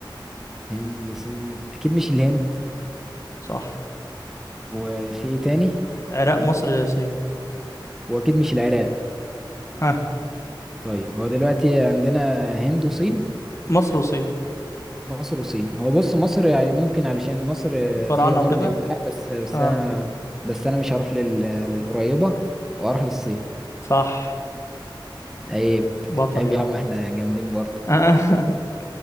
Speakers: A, in the centre; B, on the left.
A: هند الصين أكيد مش الهند
B: صح
A: وفي إيه تاني
B: عراق مصر صين
A: وأكيد مش العراق
B: ها
A: طيب هو دلوقتي عندنا هند وصين
B: مصر وصين
A: مصر وصين هو بص مصر يعني ممكن علشان مصر
B: فراعنة
A: فيها برضه
B: وكده
A: وبتاع بس بس
B: اه
A: أنا بس أنا مش هروح لل... للقريبة وأروح للصين
B: صح
A: عيب
B: بطل
A: عيب
B: يو
A: يا عم احنا جامدين برضه
B: <laughs>